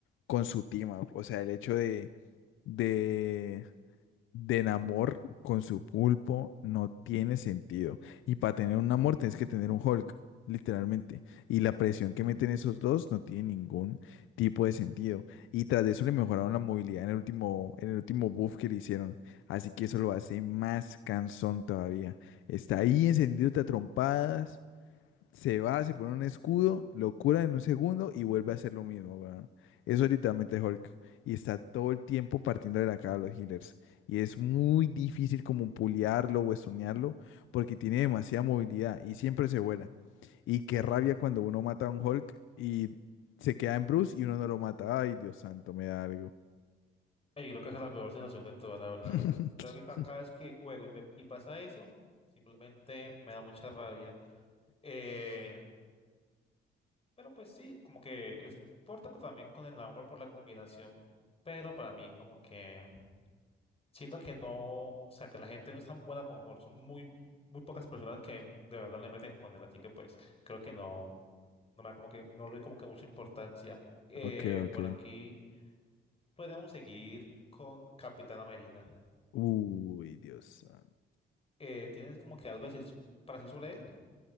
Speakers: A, on the left; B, on the left.
A: con su team up. O sea, el hecho de, de, de amor con su pulpo no tiene sentido. Y para tener un amor tienes que tener un Hulk, literalmente. Y la presión que meten esos dos no tiene ningún tipo de sentido. Y tras de eso le mejoraron la movilidad en el último, en el último buff que le hicieron. Así que eso lo hace más cansón todavía. Está ahí encendido a trompadas. Se va, se pone un escudo, lo cura en un segundo y vuelve a hacer lo mismo, weón. Eso es literalmente Hulk. Y está todo el tiempo partiendo de la cara a los healers. Y es muy difícil como puliarlo o estunearlo porque tiene demasiada movilidad y siempre se vuela. Y qué rabia cuando uno mata a un Hulk y se queda en Bruce y uno no lo mata. Ay, Dios santo, me da algo.
B: Y creo que esa es la peor sensación de todas, la verdad.
A: <laughs>
B: Creo que ca- cada vez que juego y, me, y pasa eso, simplemente me da mucha rabia. Eh, pero pues sí, como que es puerta co- también con el amor por la combinación. Pero para mí, como que siento que no, o sea, que la gente no es tan buena con Hall. Son muy, muy pocas personas que de verdad le meten con él. Así que pues creo que no, no me da como que, no le doy como que mucha importancia. Eh,
A: Ok, ok.
B: por aquí podríamos seguir con Capitán América.
A: Uy, Dios santo.
B: Eh, ¿tienes como que algo decir so- para decir sobre él?